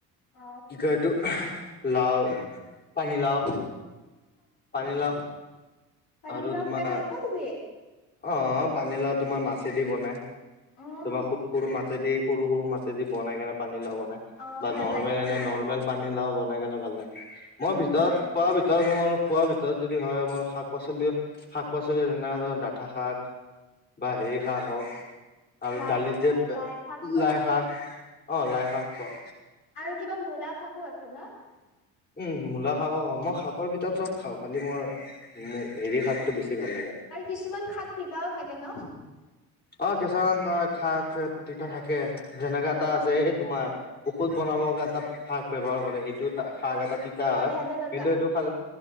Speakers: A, on the left; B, on the left.
A: অ
B: কি কয় এইটো লাওঁ। পানী লাওঁ পানী লাওঁ
A: পানী
B: আৰু
A: লাও
B: তোমাৰ
A: খাই ভাল পোৱা তুমি
B: অ পানী লগত। তোমাৰ মাছেদি বনাই।
A: উম
B: তোমাৰ সৰু সৰু মাছেদি সৰু সৰু মাছেদি বনাই কেনে পানী লগত। ন
A: অ ভাল লাগে
B: এনে
A: ন খাই
B: নৰ্মেল পানী লাও বনাই কেনে ভাল লাগে। মই
A: উম
B: ভিতৰত পোৱা ভিতৰত মোৰ খোৱাৰ ভিতৰত যদি হয় মোৰ শাক পাচলি শাক পাচলি ধ ডাঠা শাক, বা হে শাক
A: অ
B: হওক, আৰু
A: লাই
B: দালি যে
A: আহ লাই শাক খোৱা
B: লাই শাক অ লাই শাক খাও।
A: আৰু কিবা মূলা শাকো আছো ন?
B: উম মূলা শাকো খাও। মই শাকৰ ভিতৰত চব খাওঁ, খালি মোৰ হেৰি শাকটো বেছি ভাল লাগে।
A: আৰু কিছুমান শাক তিতাও থাকে ন
B: অ কেশৰ ৰ খাক তিতা থাকে। যেনেকা
A: উম
B: এটা আছে এই তোমাৰ ঔষধ বনাবৰ কাৰে এটা শাক ব্যৱহাৰ কৰে, সেইটো ত শাক এটা তিতা
A: অ
B: হয়।
A: ভেদাইলতা
B: কিন্তু এইটো খালে